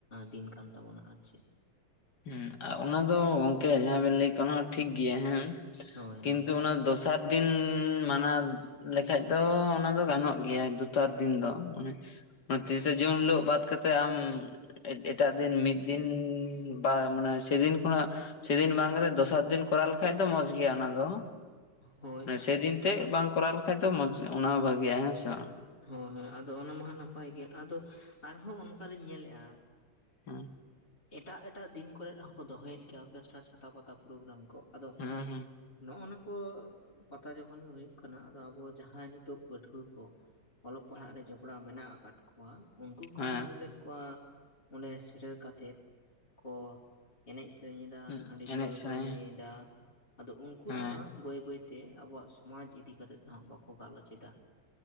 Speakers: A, on the left; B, on the left.
A: ᱫᱤᱱ ᱠᱟᱱ ᱛᱟᱵᱚᱱᱟ ᱟᱨ ᱪᱮᱫ᱾
B: ᱦᱮᱸ ᱚᱱᱟ ᱫᱚ ᱜᱚᱝᱠᱮ ᱡᱟᱦᱟᱸ ᱵᱮᱱ ᱞᱟᱹᱭ ᱠᱮ ᱚᱱᱟ ᱴᱷᱤᱠ ᱜᱮᱭᱟ ᱦᱮᱸ
A: ᱦᱳᱭ
B: ᱠᱤᱱᱛᱩ
A: ᱦᱳᱭ
B: ᱚᱱᱟ ᱫᱚᱥ᱾ ᱥᱟᱛᱫᱤᱱ ᱢᱟᱱᱮ ᱞᱮᱠᱷᱟᱡ ᱫᱚ ᱚᱱᱟ ᱫᱚ ᱜᱟᱱᱚᱜ ᱜᱮᱭᱟ ᱫᱩᱛᱟᱨ ᱫᱤᱱ ᱫᱚ ᱢᱟᱱᱮ᱾ ᱛᱤᱥ ᱡᱩᱱ ᱦᱤᱞᱚᱜ ᱵᱟᱫ ᱠᱟᱛᱮ᱾ ᱟᱢ ᱮᱴᱟᱜ ᱫᱤᱱ ᱢᱤᱫ ᱫᱤᱱ ᱵᱟ ᱢᱟᱱᱮ ᱥᱮᱫᱤᱱ ᱠᱷᱚᱱᱟᱜ ᱥᱮᱫᱤᱱ ᱵᱟᱝ ᱠᱟᱛᱮ ᱫᱚᱥᱟᱨ ᱫᱤᱱ ᱠᱚᱨᱟᱣ ᱞᱮᱠᱷᱟᱡ ᱫᱚ ᱢᱚᱸᱡᱽ ᱜᱮᱭᱟ ᱚᱱᱟ ᱫᱚ᱾
A: ᱦᱳᱭ
B: ᱥᱮᱫᱤᱱ ᱛᱮ ᱵᱟᱝ ᱠᱚᱨᱟᱣ ᱞᱮᱠᱷᱟᱡ ᱫᱚ ᱢᱚᱡᱽ ᱚᱱᱟ ᱵᱷᱟᱜᱮᱼᱟ ᱦᱮᱸᱥᱮ᱾
A: ᱦᱳᱭ ᱦᱳᱭ ᱟᱫᱚ ᱚᱱᱟ ᱢᱟ ᱦᱟᱜ ᱱᱟᱯᱟᱭ ᱜᱮᱭᱟ ᱟᱫᱚ ᱟᱨᱦᱚᱸ ᱚᱱᱠᱟᱞᱤᱧ ᱧᱮᱞᱮᱜᱼᱟ᱾
B: ᱦᱩᱸ
A: ᱮᱴᱟᱜ ᱮᱴᱟᱜ ᱫᱤᱱ ᱠᱚᱨᱮ ᱦᱚᱸᱠᱚ ᱫᱚᱦᱚᱭᱮᱫ ᱜᱮᱭᱟ ᱚᱨᱠᱮᱥᱴᱟᱨ ᱪᱷᱟᱛᱟ ᱯᱟᱛᱟ ᱯᱨᱳᱜᱨᱟᱢ ᱠᱚ᱾ ᱟᱫᱚ
B: ᱦᱩᱸ ᱦᱩᱸ
A: ᱱᱚᱜ ᱱᱚᱣᱟ ᱠᱚ ᱯᱟᱛᱟ ᱡᱚᱠᱷᱚᱱ ᱜᱮ ᱦᱩᱭᱩᱜ ᱠᱟᱱᱟ ᱟᱫᱚ ᱟᱵᱚ ᱡᱟᱦᱟᱸᱭ ᱱᱤᱛᱚᱜ ᱯᱟᱹᱴᱷᱣᱟᱹ ᱠᱚ᱾ ᱚᱞᱚᱜ ᱯᱟᱲᱦᱟᱜ ᱨᱮ ᱡᱚᱯᱲᱟᱣ ᱢᱮᱱᱟᱜ ᱟᱠᱟᱫ ᱠᱚᱣᱟ ᱩᱱᱠᱩ ᱠᱚᱦᱚᱸ
B: ᱦᱩᱸ
A: ᱞᱮᱧ ᱧᱮᱞᱮᱫ ᱠᱚᱣᱟ ᱚᱸᱰᱮ ᱥᱮᱴᱮᱨ ᱠᱟᱛᱮᱫ ᱠᱚ ᱮᱱᱮᱡ ᱥᱮᱨᱮᱧ ᱮᱫᱟ
B: ᱦᱮᱸ
A: ᱦᱟᱺᱰᱤ
B: ᱮᱱᱮᱡ
A: ᱯᱟᱹᱣᱨᱟᱹ
B: ᱥᱮᱨᱮᱧ
A: ᱠᱚ ᱧᱩᱭᱮᱫᱟ ᱟᱫᱚ ᱩᱱᱠᱩ
B: ᱦᱮᱸ
A: ᱫᱚ ᱦᱟᱸᱜ ᱵᱟᱹᱭ ᱵᱟᱹᱭ ᱛᱮ ᱟᱵᱚᱣᱟᱜ ᱥᱚᱢᱟᱡᱽ ᱤᱫᱤ ᱠᱟᱛᱮᱫ ᱫᱚ ᱦᱟᱸᱜ ᱵᱟᱠᱚ ᱜᱟᱞᱚᱪ ᱮᱟ᱾